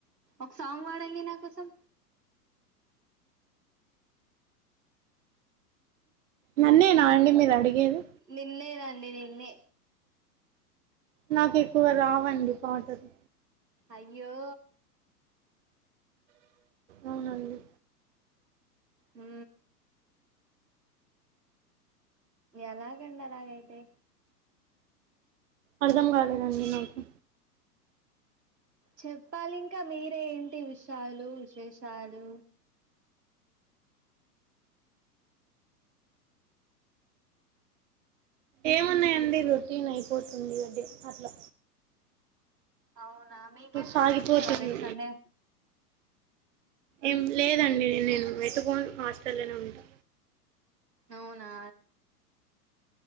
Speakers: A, on the right (about 80°); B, on the right (about 50°).
A: ఒక సాంగ్ బాడండి నా కోసం
B: నన్నేనా అండి మీరు అడిగేది
A: నిన్నేనండి నిన్నే
B: నాకు ఎక్కువ రావండి పాటలు
A: అయ్యో
B: అవునండి
A: మ్ ఎలాగంండలాగైతే
B: అర్థం కాలేదండి నాకు
A: చెప్పాలి ఇంకా మీరే ఏంటి విషయాలు విశేషాలు
B: ఏమున్నాయండి రొటీన్ అయిపోతుంది అదే అట్లా
A: అవునా మీకేం ప్లానింగ్స్
B: సాగిపోతుంది
A: లేవా రేపు సండే
B: ఏం లేదండి నేను ఎటుపోన్ హాస్టల్లోనే ఉంటా
A: అవునా